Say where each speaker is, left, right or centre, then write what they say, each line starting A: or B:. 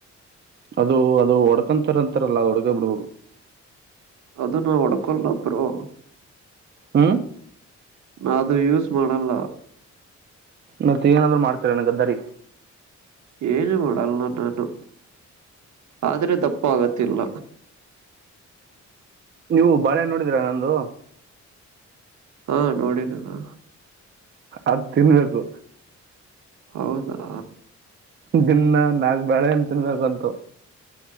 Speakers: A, on the right; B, on the right.
A: ಅದು ಅದು ಒಡ್ಕೊಂತಾರ ಅಂತಾರಲ್ಲ ಅದು ಒಡಗ ಬಿಡ್ಬೇಕು
B: ಅದು ನಾ ಒಡ್ಕೊಲ್ಲಬರು
A: ಹ್ಮ
B: ನದುು ಯೂಸ್ ಮಾಡಲ್ಲ
A: ಮತ್ತೆ ಏನಾದ್ರು ಮಾಡ್ತರ ನನ ಗದ್ದಾರಿ
B: ಏನು ಮಾಡಲ್ಲ ನಾನು ಆದ್ರೆ ದಪ್ಪ ಆಗತ್ತಿಲ್ಲ
A: ನೀವು ಬಾಳೆಹಣ್ಣ ನೋಡಿದೀರಾ ನಂದು
B: ಹಾ ನೋಡಿ ನಾನು
A: ಅದ್ ತಿನ್ಬೇಕು
B: ಹೌದಾ
A: ದಿನ್ ನಾಲ್ಕು ಬಾಳೆ ಹಣ್ಣು ತಿನ್ಬೇಕಂತು